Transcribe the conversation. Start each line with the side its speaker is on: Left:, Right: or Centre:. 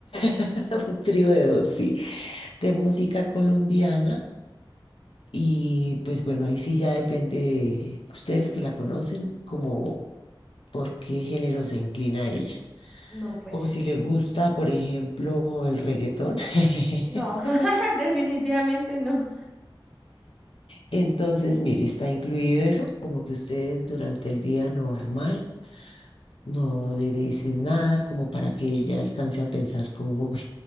Left: <laughs> un trío de dos, sí, de música colombiana. Y pues bueno, ahí sí ya depende de ustedes que la conocen, como por qué género se inclina ella.
Centre: No, pues
Left: O
Centre: este.
Left: si le gusta, por ejemplo, el reggaetón. <laughs>
Centre: No, <laughs> definitivamente no.
Left: Entonces, mire, está incluido eso, como que ustedes durante el día normal no le dicen nada, como para que ella alcance a pensar como, uy,